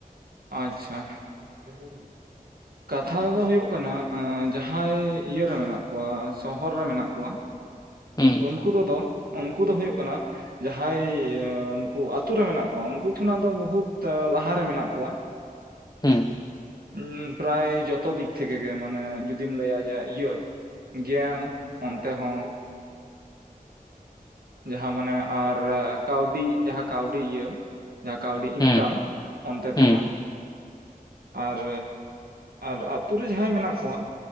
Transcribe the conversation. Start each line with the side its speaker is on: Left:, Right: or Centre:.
Right: ᱟᱪᱪᱷᱟ <unintelligible> ᱠᱟᱛᱷᱟ ᱫᱚ ᱦᱩᱭᱩᱜ ᱠᱟᱱᱟ ᱡᱟᱦᱟᱭ ᱤᱭᱟᱹᱨᱮ ᱢᱮᱱᱟᱜ ᱠᱚᱣᱟ ᱥᱚᱦᱚᱨ ᱨᱮ ᱢᱮᱱᱟᱜ ᱠᱚᱣᱟ
Left: ᱦᱩᱸ
Right: ᱩᱱᱠᱩ ᱠᱚᱫᱚ ᱩᱱᱠᱩ ᱫᱚ ᱦᱩᱭᱩᱜ ᱠᱟᱱᱟ ᱡᱟᱦᱟᱸᱭ ᱩᱱᱠᱩ ᱟᱹᱛᱩ ᱨᱮ ᱢᱮᱱᱟᱜ ᱠᱚᱣᱟ ᱩᱱᱠᱩ ᱠᱷᱚᱱᱟᱜ ᱫᱚ ᱵᱚᱦᱩᱛ ᱞᱟᱦᱟ ᱨᱮ ᱢᱮᱱᱟᱜ ᱠᱚᱣᱟ
Left: ᱦᱩᱸ
Right: ᱩᱸ ᱯᱨᱟᱭ ᱡᱚᱛᱚ ᱫᱤᱠ ᱛᱷᱮᱠᱮ ᱜᱮ ᱢᱟᱱᱮ ᱡᱩᱫᱤᱢ ᱞᱟᱹᱭᱟ ᱡᱮ ᱤᱭᱟᱹ ᱜᱮᱭᱟᱱ ᱚᱱᱛᱮ ᱦᱚᱸ ᱡᱟᱦᱟᱸ ᱢᱟᱱᱮ ᱟᱨ ᱠᱟᱹᱣᱰᱤ ᱡᱟᱦᱟᱸ ᱠᱟᱹᱣᱰᱤ ᱤᱭᱟᱹ ᱡᱟᱦᱟᱸ ᱠᱟᱹᱣᱰᱤ ᱤᱱᱠᱟᱢ
Left: ᱦᱩᱸ
Right: ᱚᱱᱛᱮ
Left: ᱦᱩᱸ
Right: ᱛᱮᱦᱚᱸ ᱟᱨ ᱟᱨ ᱟᱹᱛᱩ ᱨᱮ ᱡᱟᱸᱦᱟᱭ ᱢᱮᱱᱟᱜ ᱠᱚᱣᱟ